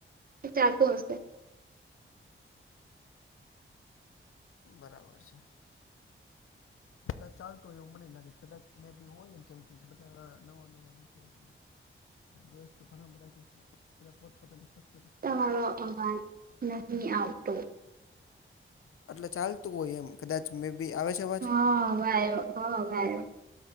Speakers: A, on the right (about 45°); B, on the left (about 85°).
A: હો ચાર તો હશે
B: બરાબર છે. કદાચ ચાલતું હોય એવું મને લાગે છે કદાચ મેં બી હોય કેમ કે બધા નવા નવા રસ દેશ તો ઘણા બદ કે બ પતા લ શ <unintelligible>
A: તમારો અવાજ નથી આવતો
B: એટલે ચાલતું હોય એમ. કદાચ મે બી આવે છે. અવાજ
A: હા અવે હ વાયો.